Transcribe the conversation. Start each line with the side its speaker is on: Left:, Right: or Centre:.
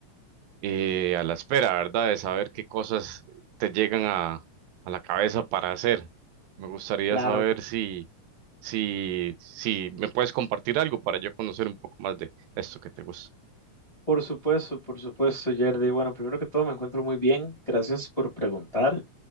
Right: eh, a la espera, ¿verdad? De saber qué cosas te llegan a, a la cabeza para hacer. Me gustaría
Left: Claro,
Right: saber si, si, si me puedes compartir algo para yo conocer un poco más de esto que te gusta.
Left: por supuesto, por supuesto, Yerdy. Bueno, primero que todo me encuentro muy bien, gracias por preguntar.